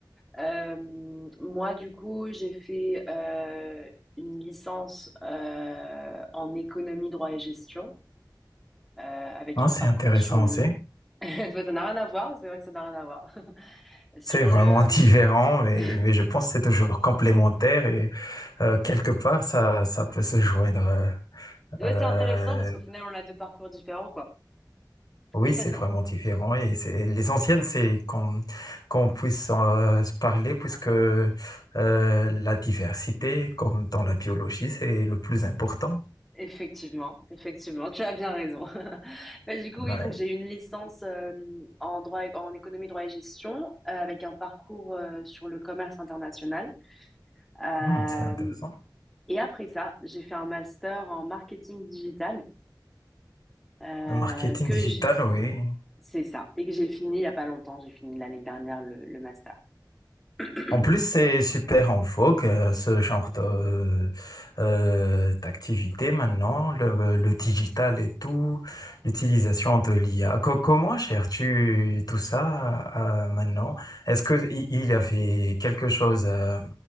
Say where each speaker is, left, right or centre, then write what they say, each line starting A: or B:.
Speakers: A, in the centre; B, on the left.
A: Euh, moi, du coup, j'ai fait euh, une licence euh, en économie, droit et gestion, euh, avec
B: Hein,
A: un
B: c'est
A: parcours
B: intéressant
A: sur le...
B: aussi.
A: <laughs> Ça n'a rien à voir, c'est vrai que ça n'a rien à voir. <laughs> Sur
B: C'est vraiment
A: le...
B: <laughs> différent,
A: <laughs>
B: mais, mais je pense que c'est toujours complémentaire et euh, quelque part, ça, ça peut se joindre.
A: Ouais,
B: euh,
A: c'est intéressant parce qu'au final, on a deux parcours différents, quoi.
B: Oui,
A: <laughs>
B: c'est vraiment différent et c'est l'essentiel, c'est qu'on qu'on puisse euh, se parler puisque euh, la diversité, comme dans la biologie, c'est le plus important.
A: Effectivement, effectivement, tu as bien raison. <laughs> Bah, du coup,
B: Ouais.
A: oui, donc j'ai eu une licence euh, en droit, et- en économie, droit et gestion, euh, avec un parcours euh, sur le commerce international. Euh,
B: Hmm, c'est intéressant.
A: Et après ça, j'ai fait un master en marketing digital euh,
B: Le marketing
A: que
B: digital,
A: j'-
B: oui.
A: c'est ça et que j'ai fini il y a pas longtemps. J'ai fini l'année dernière le, le master. <clears throat>
B: En plus, c'est super en vogue, euh, ce genre de, euh, d'activité maintenant, le, le digital et tout, l'utilisation de l'IA. Co- comment gères-tu tout ça euh, maintenant? Est-ce que i- il y avait quelque chose, euh,